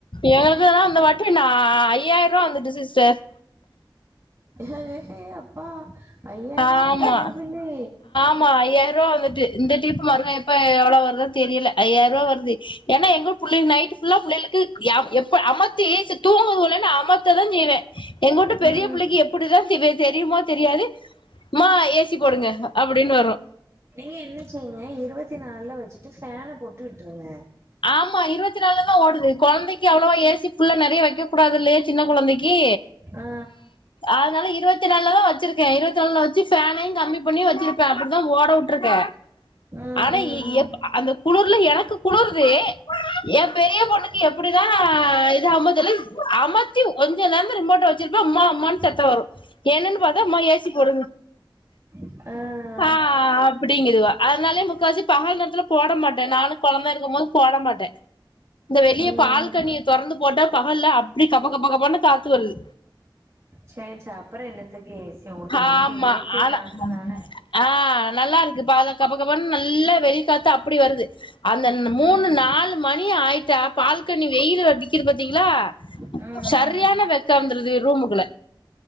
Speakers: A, on the left; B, on the right.
A: எனக்குலா இந்த வாட்டி ஆ ஐயாயிர ரூவா வந்துட்டு சிஸ்டர்
B: எ கே அப்பா ஐயாயிரமா
A: ஆமா
B: கரண்டு பில்லு
A: ஆமா ஐயாயிர ரூவா வந்துட்டு இந்த டீப்பு மருகா எப்ப எவ்ளோ வருதோ தெரியல ஐய்யார ரூபா வருது ஏனா எங்க புள்ளை நைட் ஃபுல்லா புள்ளேளுக்கு எப்ப அமத்தி சேர் தூங்குங்களேனு அமத்த தா செய்வே எங்கூட்டு பெரிய
B: ம்
A: புள்ளைக்கி எப்டிதா திபே தெரியுமோ தெரியாது ம்மா ஏ சி போடுங்க அப்டின்னு வரு
B: நீங்க என்ன செய்ங்க இருவத்தி நால்ல வச்சுட்டு ஃபேன போட்டு விட்ருங்க
A: ஆமா இருவத்தி நால்ல தா ஓடுது கொழந்தைக்கு அவ்ளவா ஏ சி ஃபுல்ல நெறையா வைக்க கூடாதுல்லயா சின்ன கொழந்தைக் கி
B: ஆ
A: அதனால இருவத்தி நால்ல தா வச்சிருக் கே இருவத்தி நால்ல வச்சு ஃபேனயு கம்மி பண்ணி வச்சிருப்பே அப்டிதா ஓட வுட்ருக்கே
B: ஆ ம்
A: ஆனா
B: ம்
A: எ எப் அந்த குளிர்ல எனக்கு குளுருது ஏ பெரிய பொண்ணுக்கு எப்டிதா இதாகுமோ தெர்ல அமத்தி கொஞ்ச நேரோந்தா ரிமோட்ட வச் சிருப்பே அம்மா அம்மானு சத்தோ வரு என்னனு பாத்தா அம்மா ஏ சி போடுங்க
B: ம்
A: ஆ ஆ அப் புடிங்குதுவோ அதனாலயே முக்காசி பகல் நேர்த்துல போட மாட்டே நானு கொழந்த இருக்குபோது போட மாட்டே இந்த வெளிய
B: ஆ ம்
A: பால் கனிய தொறந்து போட்டா பகல்ல அப்டி கப கப கபனு காத்து வருது
B: சேர்சா அப்றோ என்னத்துக்கு ஏ சி உங்களுக்கு நமக்கு
A: ஆமா
B: இயற்கை
A: ஆனா
B: காத்துதான
A: ஆ நல்லா இருக்கு ப்ப கப கபனு நல்லா வெளிக்காத்து அப்டி வருது அந்த ந்த மூணு
B: ம்
A: நாலு மணி ஆயிட்டா பால்கனி வெய்யிலு அடிக்குது பாத்தீங்களா
B: ம்
A: சரியான
B: ம்
A: வெக்க வந்துருது ரூமுக்குல்ல